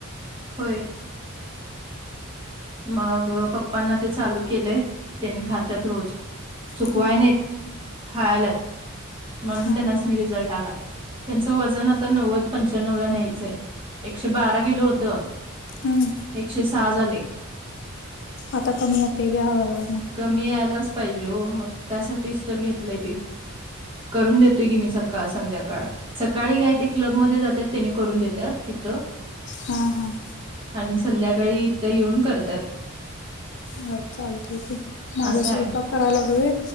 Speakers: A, on the right; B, on the left.
A: होय. मग पप्पांना ते चालू केलेय, त्यानी खात्यात रोज चुकवाय
B: हा
A: नाही. खायलात म्हणून
B: हा
A: त्यांनाच रिझल्ट आलाय. त्यांचं वजन आता नव्वद पंच्याण्व ला न्यायचंय एकशे बारा किलो होतं.
B: हम्म
A: एकशे सहा झाले.
B: आता कमी येत घ्या ह मग <unintelligible>
A: कमी यायलाच पाहिजे हो मग त्यासाठीच तर घेतलंय ते. करून देतोय की मी सकाळ, संध्याकाळ सकाळी काय ते क्लबमध्येध जातात त्यांनी करून देतात तिथं.
B: हा, हा,
A: आणि संध्याकाळी इथ येऊन करतात.
B: हो चालते की, माझा
A: असं आहे
B: स्वयंपाक करायला लागलय